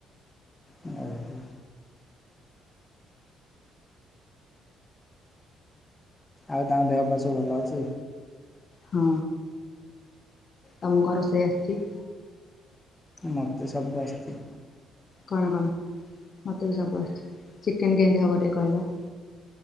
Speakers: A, on the left (about 20°); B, on the left (about 45°).
A: ଆଉ କଣ କୁହ ଆଉ ତାଙ୍କ ଦେହ ପା ସବୁ ଭଲ ଅଛି।
B: ହଁ ତମ କଣ ରୋଷେଇ ଆସିଚି?
A: ମତେ ସବୁ ଆସଚି।
B: କଣ କଣ ମତେ ବି ସବୁ ଆସୁଚି ଚିକେନ କେମିତି ହବ ଟିକେ କହିଲ?